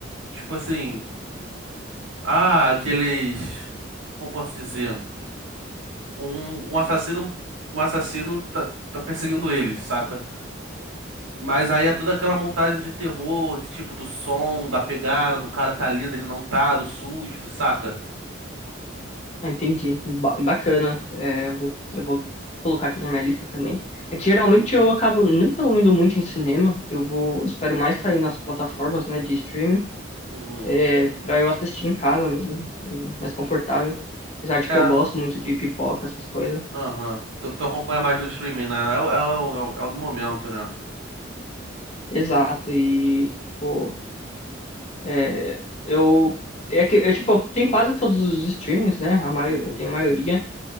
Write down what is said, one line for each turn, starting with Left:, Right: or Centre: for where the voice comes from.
Right: Tipo assim. Ah, aqueles. Como posso dizer? um, um assassino, um assassino tá, tá perseguindo eles, saca? Mas aí é toda aquela montagem de terror, de tipo do som, da pegada, do cara tá ali, dele não tá, do susto, saca?
Left: Ah, entendi. Ba- bacana. É, eu vou, eu vou colocar aqui na minha lista também. É que geralmente eu acabo nem tão indo muito em cinema. Eu vou, espero mais sair nas plataformas, né, de streaming,
Right: Uhum.
Left: é, pra eu assistir em casa mesmo, eu- mais confortável. Apesar de que
Right: É,
Left: eu gosto muito de pipoca, essas coisas.
Right: aham. Tu, tu acompanha mais no streaming, né? É, o- é, o- é, o- é o do momento, né?
Left: Exato. E, tipo. É, eu, é que, é, tipo, eu tenho quase todos os streamings, né? A maio,
Right: Uhum.
Left: eu tenho a maioria.